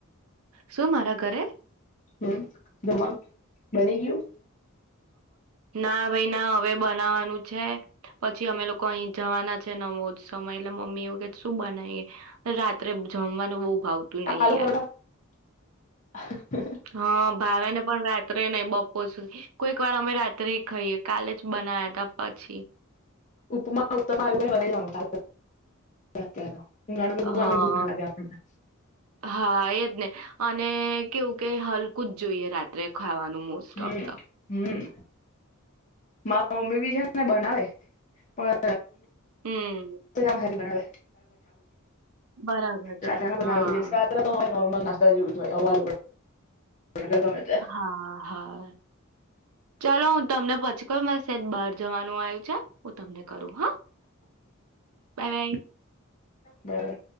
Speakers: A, on the right; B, on the left.
A: શું મારા ઘરે
B: હમ જમવાનું બની ગયું.
A: ના ભાઈ ના હવે બનાવાનું છે પછી અમે લોકો અહી જવાના છે નમો જ સમય એટલે મમ્મી એવું કે શું બનાવીએ રાત્રે જમવાનું બહુ ભાવતું નહી
B: આલુ
A: યાર
B: પરોઠા <inaudible>
A: હા ભાવને પણ રાત્રે નહી બપોર સુધી કોઈક વાર અમે રાત્રે ખાઈએ કાલે જ બનાયા હતા પછી
B: ઉપમા ઉતમા એવુ બનાઇ દેવાનું. ઉનાણામાં બઉ
A: હા
B: અ ભૂખ ના લાગ્યા આપને
A: હા એજ ને અને કેવું કે હલકું જ જોઈએ રાત્રે ખાવાનું મોસ્ટ
B: હમ-હમ
A: ઓફ તો
B: મા મમ્મી બી છે ને બનાવે પણ
A: હમ
B: તો <unintelligible> બનાવે <unintelligible>
A: બરાબર છે
B: રાત્ર <unintelligible> બનાવે
A: હા
B: રાત્રે. નોર્મલ નાસ્તા જેવું <unintelligible> તે
A: હા હા. ચાલો હું તમને પછી કરું મારે બહાર જવાનું આયુ અચા હું તમને કરું, હા બાય બાય.
B: દવે.